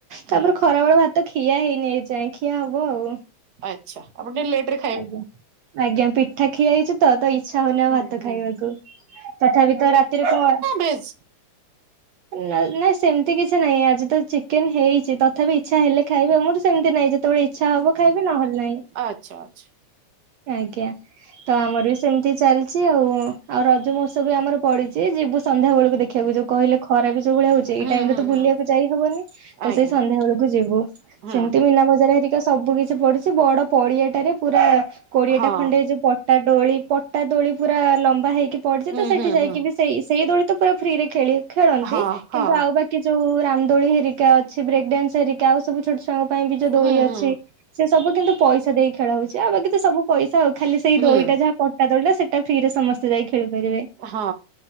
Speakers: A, on the right; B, on the right.
A: ହୁଁ
B: ତାପରେ ଖରାବେେଳ ଭାତ ଖିଆ ହେଇନି ଏଇଯାଏ ଖିଆ ହବ ଆଉ
A: ଆଚ୍ଛା! ଆପଣ ଟେକେ ଲେଟର
B: ଆଜ୍ଞା! ଆଜ୍ଞା! ପି ପିଠା ଖିଆ ହେଇଛି ତ ଇଚ୍ଛା ହଉନି
A: ହୁଁ
B: ଆଉ ଭାତ
A: ହୁଁ
B: ଖାଇବାକୁ ତଥାପି ତ ରାତିରେ କ
A: ବେସ
B: ନା ନାଇଁ ସେମିତି କିଛି ନାହିଁ ଆଜି ତ ଚିକେନ ହେଇଛି। ତଥାପି ଇଚ୍ଛା ହେଲେ ଖାଇବ ଆମର ସେମିତି ନାଇଁ ଯେତେବେଳେ ଇଚ୍ଛ ହବ ଖାଇବି ନହେଲେ ନାହିଁ।
A: ଆଚ୍ଛା! ଆଚ୍ଛା!
B: ଆଜ୍ଞା! ତ ଆମର ବି ସେମିତି ଚାଲିଛି ଆଉ, ଆଉ ରଜମଉସବ ବି ଆମର ପଡିଛି ଯିବୁ ସନ୍ଧ୍ୟା ବଳକୁ ଦେଖିବାକୁ ଯିବୁ, କହିଲେ ଖରା ବି ଯୋଉ ଭଳିଆ ହଉଛି ଏଇ
A: ହୁଁ
B: ଟାଇମ
A: ହୁଁ
B: ରେ ତ
A: ହୁଁ
B: ବୁଲିବାକୁ ଯାଇ ହବନି ତ ତ
A: ଆଜ୍ଞା।
B: ସେଇ ସନ୍ଧ୍ୟା ବେଳକୁ ଯିବୁ
A: ହୁଁ
B: ସେମିତି
A: ହୁଁ
B: ମୀନା ବଜାର ହେରି ସବୁ କିଛି ପଡିୁଛି ବଡ ପଡିଆଟାରେ ପୁରା କୋଡିଆ
A: ହଁ
B: ଟା ଖଣ୍ଡେ ଯୋଉ ପ ତା ଡୋଳି ପଟା ଡୋଳି ପୁରା ଲମ୍ବା ହେଇକି ପଡିଛି
A: ହୁଁ
B: ତ ସେଠି
A: ହୁଁ
B: ଯାଇକି
A: ହୁଁ
B: ବି ସେଇ ସେଇ ଦୋଳି ତ ପୁରା ଫ୍ରିରେ ଖେଳି ଖେଳନ୍ତି
A: ହଁ ହଁ
B: କିନ୍ତୁ ଆଉ ବାକି କି ଯୋଉ ରାମ ଦୋଳି ହେରିକା ଅଛି ବ୍ରେକ୍ ଡାନ୍ସ ହେରିକା ଆଉ ସବୁ ଛୋଟ ଛଆ ପାଇଁ ବି ଯୋଉ ଦୋଳି
A: ହୁଁ
B: ଅଛି
A: ହୁଁ
B: ସେ ସବୁ କିନ୍ତୁ ପଇସା ଦେଇ ଖେଳ ହଉଛି ଆଉ ବାକି ତ ସବୁ ପଇସା ଆଉ ଖାଲି ସେଇ
A: ହୁଁ
B: ଦୋଳିଟା ଯାହା ପଟା ତୋଳିରେ ସେଟା ଫ୍ରିରେ ସମସ୍ତେ ଯାଇ ଖେଳିପାରିବେ।
A: ଅହଁ।